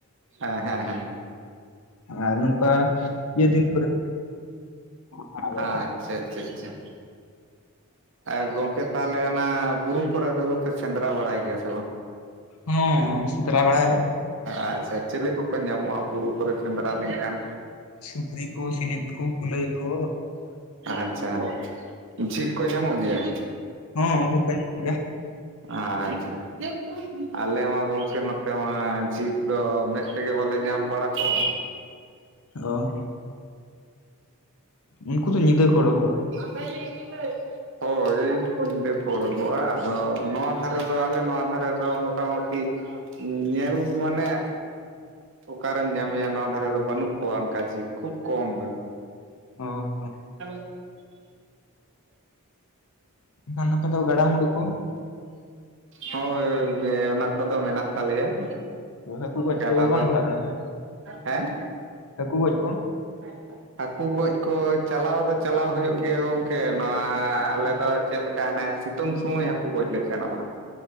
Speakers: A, on the right; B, on the left.
A: ᱦᱮᱸ ᱦᱮᱸ ᱦᱮᱸ
B: ᱟᱨ ᱱᱚᱝᱠᱟ ᱤᱭᱟᱹ ᱫᱤᱱ ᱠᱚᱨᱮ ᱫᱟᱬᱟ ᱵᱟᱲᱟᱭᱟ,
A: ᱟᱪᱪᱷᱟ ᱟᱪᱪᱷᱟ ᱟᱪᱪᱷᱟ ᱟᱨ ᱜᱚᱝᱠᱮ ᱛᱟᱦᱚᱞᱮ ᱚᱱᱟ ᱵᱩᱨᱩ ᱠᱚᱨᱮ ᱫᱚᱯᱮ ᱥᱮᱸᱫᱽᱨᱟ ᱵᱟᱲᱟᱭ ᱜᱮᱭᱟ ᱥᱮ ᱵᱟᱝ
B: ᱦᱚᱸ ᱥᱮᱸᱫᱽᱨᱟ ᱵᱮᱲᱟᱭᱟᱞᱮ
A: ᱟᱪᱪᱷᱟ ᱪᱤᱞᱤ ᱠᱚᱠᱚ ᱧᱟᱢᱚᱜᱼᱟ ᱵᱩᱨᱩ ᱠᱚᱨᱮ ᱥᱮᱸᱫᱽᱨᱟ ᱞᱮᱱᱠᱷᱟᱱ?
B: ᱥᱩᱠᱨᱤ ᱠᱚ ᱥᱤᱞᱤᱯ ᱠᱚ ᱠᱩᱞᱟᱹᱭ ᱠᱚ
A: ᱟᱪᱪᱷᱟ, ᱡᱷᱤᱠ ᱠᱚ ᱧᱟᱢᱚᱜ ᱜᱮᱭᱟ,
B: ᱦᱚᱸ ᱩᱱᱠᱩ ᱠᱚ ᱧᱟᱢᱚᱜ ᱜᱮᱭᱟ
A: ᱟᱪᱪᱷᱟ ᱟᱞᱮ ᱢᱟ ᱜᱚᱝᱠᱮ ᱱᱚᱛᱮ ᱢᱟ ᱟᱨ ᱡᱷᱤᱠ ᱫᱚ ᱢᱮᱫ ᱛᱮᱜᱮ ᱵᱟᱞᱮ ᱧᱟᱢ ᱵᱟᱲᱟ ᱠᱚᱣᱟ᱾
B: ᱚ ᱩᱱᱠᱩ ᱫᱚ ᱧᱤᱫᱟᱹ ᱠᱚ ᱚᱰᱚᱠᱚᱜᱼᱟ
A: <unintelligible> ᱦᱳᱭ ᱧᱤᱫᱟᱹ ᱠᱚ ᱳᱰᱳᱠᱚᱜᱼᱟ ᱟᱫᱚ ᱱᱚᱣᱟ ᱫᱷᱟᱨᱮ ᱫᱚ ᱟᱞᱮ ᱱᱚᱣᱟ ᱫᱷᱟᱨᱮ ᱫᱚ ᱢᱚᱴᱟᱢᱩᱴᱤ ᱧᱮᱞ ᱢᱟᱱᱮ ᱚᱠᱟᱨᱮᱢ ᱧᱟᱢᱮᱭᱟ ᱱᱚᱣᱟ ᱫᱷᱟᱨᱮ ᱫᱚ ᱵᱟᱱᱩᱜ ᱠᱚᱣᱟ ᱚᱱᱠᱟ ᱡᱷᱤᱠ ᱠᱷᱩᱵ ᱠᱚᱢ
B: ᱚ ᱦᱚᱸ
A: <inaudible>
B: ᱮᱱᱠᱷᱟᱱ ᱟᱯᱮ ᱫᱚ ᱜᱟᱰᱟᱼᱢᱩᱰᱩ ᱠᱚ
A: ᱦᱳᱭ ᱚᱱᱟ ᱠᱚᱫᱚ ᱢᱮᱱᱟᱜ ᱛᱟᱞᱮᱭᱟ ᱾
B: ᱦᱟᱹᱠᱩ ᱜᱚᱡ
A: ᱡᱟᱫᱟ
B: ᱠᱚ ᱵᱟᱝ
A: ᱫᱚ
B: ᱜᱚᱴᱟᱜ ᱠᱟᱱᱟ ᱯᱮ
A: ᱦᱮᱸ
B: ᱦᱟᱹᱠᱩ ᱜᱚᱡ ᱠᱚ
A: <inaudible> ᱦᱟᱠᱩ ᱜᱚᱡ ᱠᱚ ᱪᱟᱞᱟᱣ ᱫᱚ ᱪᱟᱞᱟᱣ ᱦᱩᱭᱩᱜ ᱜᱮᱭᱟ ᱜᱚᱝᱠᱮ ᱱᱚᱣᱟ ᱟᱞᱮ ᱫᱚ ᱪᱮᱫᱞᱮᱠᱟ ᱦᱟᱱᱮ ᱥᱤᱛᱩᱝ ᱥᱚᱢᱚᱭ ᱦᱟᱠᱩ ᱜᱚᱡ ᱞᱮ ᱥᱮᱱᱚᱜᱼᱟ ᱾